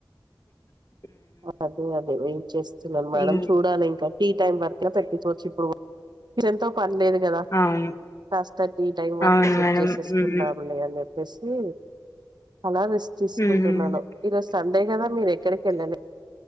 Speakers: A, on the left; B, on the right.
A: హ
B: అదే అదే వెట్ చేస్తున్నాను మేడం
A: ఇం
B: చూడాలి ఇంకా టీ టైమ్ వరకు కుడా పెట్టుపోవచ్చు ఇప్పుడు కిచన్ తో పని లేదు కదా
A: అవును
B: కాస్త టైం వరకు
A: అవును
B: సెట్
A: మేడం
B: చేసేసుకుందాంలే
A: హ్మ్.
B: అని చెప్పేసి అలా రెస్ట్ తీసుకుంటున్నాను
A: హ్మ్.
B: ఈ రోజు సండే కదా మీరు ఎక్కడికి వెళ్ళ లే